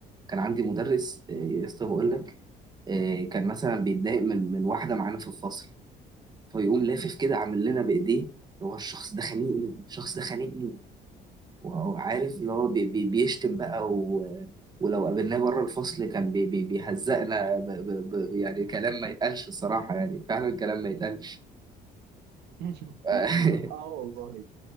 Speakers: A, on the right (about 25°); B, on the right (about 80°).
A: كان عندي مدرس
B: مم.
A: آه، يا اسطى بقول لك آه، كان مثلا بيتضايق من من واحدة معانا في الفصل فيقوم لافف كده عامل لنا بإيديه هو الشخص ده خانقني الشخص ده خانقني وهو عارف اللي هو بي بي بيشتم بقى و... ولو قابلناه بره الفصل كان بي بي بيهزقنا ب... ب... ب... يعني كلام ما يتقالش الصراحة يعني فعلا كلام ما يتقالش
B: <laughs>
A: <laughs>
B: اه والله